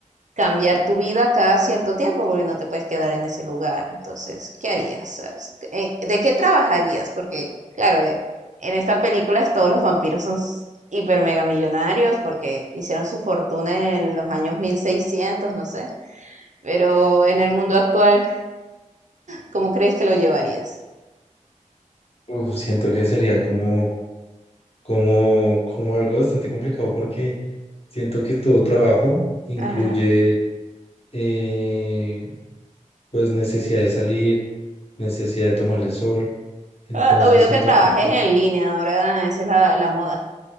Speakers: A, on the right; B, on the left.
A: cambiar tu vida cada cierto tiempo porque no te puedes quedar en ese lugar. Entonces, ¿qué harías? ¿Sabes? Eh, ¿De qué trabajarías? Porque, claro, eh, en estas películas todos los vampiros son s- hiper mega millonarios porque hicieron su fortuna en los años 1600, no sé. Pero en el mundo actual, ¿cómo crees que lo llevarías?
B: Uf, siento que sería como, como, como algo bastante complicado porque siento que todo trabajo incluye
A: Ajá.
B: eh, pues necesidad de salir, necesidad de tomar el sol. Entonces
A: Ah, olvidó
B: siento
A: que trabajes
B: que,
A: en línea, ahora esa es la, la moda.